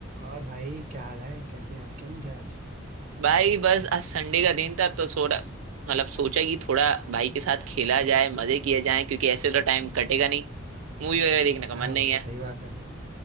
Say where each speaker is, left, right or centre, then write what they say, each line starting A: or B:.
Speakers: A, on the right; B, on the right.
A: और भाई क्या हाल है कैसे याद किया मुझे आज
B: भाई बस आज संडे का दिन था तो थोड़ा मतलब सोचा कि थोड़ा भाई के साथ खेला जाए मजे किया जाए क्योंकि ऐसे तो टाइम कटेगा नहीं मूवी वगैरह देखने का
A: हाँ
B: मन नहीं
A: वो तो
B: है
A: सही बात है